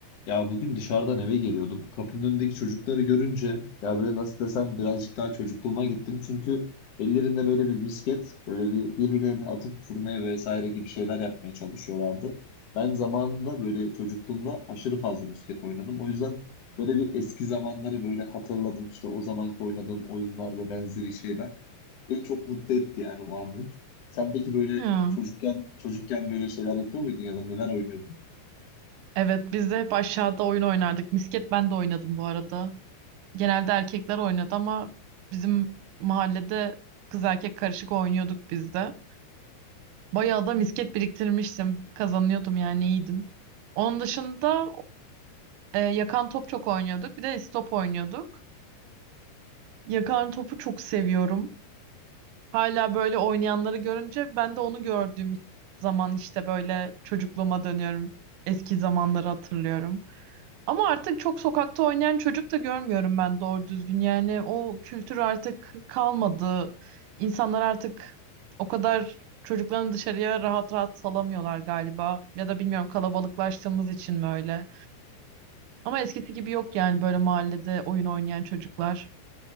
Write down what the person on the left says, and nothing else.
Ya bugün dışarıdan eve geliyordum. Kapının önündeki çocukları görünce ya böyle nasıl desem birazcık daha çocukluğuma gittim. Çünkü ellerinde böyle bir misket, böyle bir birbirlerine atıp vurmaya vesaire gibi şeyler yapmaya çalışıyorlardı. Ben zamanında böyle çocukluğumda aşırı fazla misket oynadım. O yüzden böyle bir eski zamanları böyle hatırladım. İşte o zamanki oynadığım oyunlar ve benzeri şeyler beni çok mutlu etti yani o anlık. Sen peki böyle
çocukken çocukken böyle şeyler yapıyor muydun ya da neler oynuyordun?